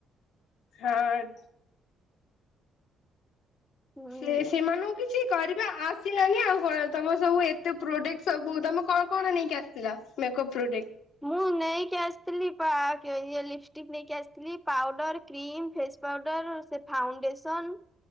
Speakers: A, on the left; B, in the centre.
A: ହଁ ତ୍।
B: ହୁଁ।
A: ସେ ସେମାନଙ୍କି କିଛି କରିବା ଆସିଲାନି ଆଉ କଣ ତମ ସବୁ ଏତେ ପ୍ରଡକ୍ଟିସ୍ ସବୁ ତମେ କଣ କଣ ନେଇକି ଆସି ଥିଲା ମେକପ୍ ପ୍ରୋଡ଼େକ୍ଟ୍।
B: ମୁଁ ନେଇକି ଆସିଥିଲି ପା-କି-ଇଏ ଲିପଷ୍ଟିକ୍ ନେଇକି ଆସିଥିଲି ପାଉଡର୍, କ୍ରିମ୍, ଫେସ୍ ପାଉଡର୍ ସେ ଫାଉଣ୍ଡେସନ୍